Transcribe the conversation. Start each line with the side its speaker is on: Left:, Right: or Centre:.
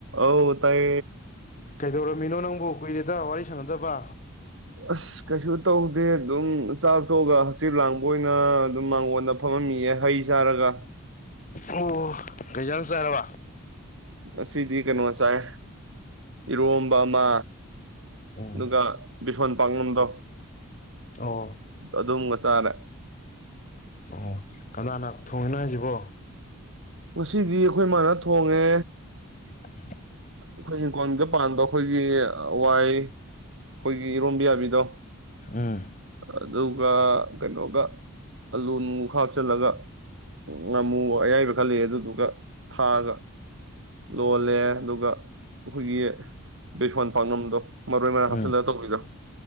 Right: ꯑ ꯇꯥꯏ
Left: ꯀꯩꯗꯧꯔꯝꯃꯤꯅꯣ ꯅꯪꯕꯨ ꯀꯨꯏꯔꯦꯗ ꯋꯥꯔꯤ ꯁꯥꯟꯅꯗꯕ
Right: ꯑꯁ ꯀꯩꯁꯨ ꯇꯧꯗꯦ ꯑꯗꯨꯝ ꯆꯥꯛꯊꯣꯛꯑꯒ ꯍꯛꯆꯤꯠ ꯂꯥꯡꯕ ꯑꯣꯏꯅ ꯑꯗꯨꯝ ꯃꯥꯡꯒꯣꯟꯜꯗ ꯐꯝꯃꯝꯃꯤꯑ ꯍꯩ ꯆꯥꯔꯒ
Left: ꯑꯣ ꯩꯖꯥꯡ ꯁꯥꯔꯔꯕ
Right: ꯑꯁ ꯁꯤꯗꯤ ꯀꯩꯅꯣꯁꯥꯏ ꯏꯔꯣꯝꯕꯃ
Left: ꯎꯝ
Right: ꯑꯗꯨꯒ ꯁꯣꯟ ꯄꯥꯡꯂꯝꯗꯣ
Left: ꯑꯣ
Right: ꯑꯗꯨ ꯑꯗꯨꯝꯒꯁ ꯆꯂ
Left: ꯑꯣ ꯀꯅꯥꯅ ꯊꯣꯡꯍꯟꯅꯁꯤꯕꯣ
Right: ꯉꯁꯤꯗꯤ ꯑꯩꯈꯣꯏ ꯃꯥꯅ ꯊꯣꯡꯉꯦ
Left: <unintelligible>
Right: ꯑꯩꯈꯣꯏꯤꯡ ꯀꯣꯟꯗ ꯄꯥꯟꯗ ꯑꯩꯈꯣꯏꯒꯤ ꯋꯥꯏ ꯑꯩꯈꯣꯏꯒꯤ ꯏꯔꯣꯝꯕꯤ ꯌꯥꯕꯤꯗꯣ
Left: ꯎꯥ
Right: ꯑꯗꯨꯒ ꯀꯩꯅꯣꯒ ꯑꯥꯂꯨ ꯍꯥꯞꯆꯤꯜꯂꯒ ꯉꯥꯃꯨ ꯑꯌꯥꯏꯕ ꯈ ꯂꯩꯦ ꯑꯗꯨꯗꯨꯒ ꯊꯥꯒ ꯂꯣꯜꯂꯦ ꯑꯗꯨꯒ ꯑꯩꯈꯣꯏꯒꯤ ꯕꯦꯁꯣꯟ ꯄꯥꯛꯅꯝꯗꯣ ꯃꯔꯣꯏ ꯃꯔꯥꯡ ꯍꯥꯞꯆꯤꯜꯂꯒ
Left: ꯎꯝ
Right: ꯇꯧꯕꯤꯗꯣ